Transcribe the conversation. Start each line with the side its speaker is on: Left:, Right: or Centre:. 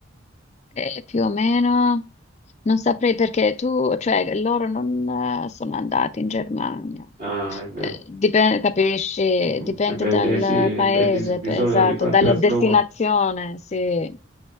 Left: Eh, più o meno, non saprei perché tu, cioè loro non eh, sono andati in Germania.
Right: Ah, è vero.
Left: Eh, dipende, capisci?
Right: Mm,
Left: Dipende
Right: e beh,
Left: dal
Right: dei sì,
Left: paese,
Right: e beh, chi si- di
Left: pe-
Right: solito
Left: esatto,
Right: chi fa il
Left: dalla
Right: trasloco,
Left: destinazione, sì.